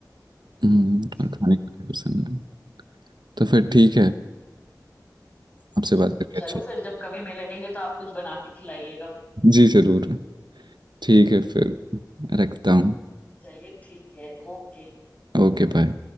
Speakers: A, on the right; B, on the left.
A: हम्म,
B: हम्म,
A: और खाने का भी पसंद है तो फिर ठीक
B: हम्म।
A: है आपसे बात करके
B: चलो
A: अच्छा
B: फिर जब कभी मिलेंगे तो आप कुछ बना के खिलाइएगा
A: जी ज़रूर ठीक है फिर रखता हूँ
B: चलिए ठीक है ओके
A: Okay bye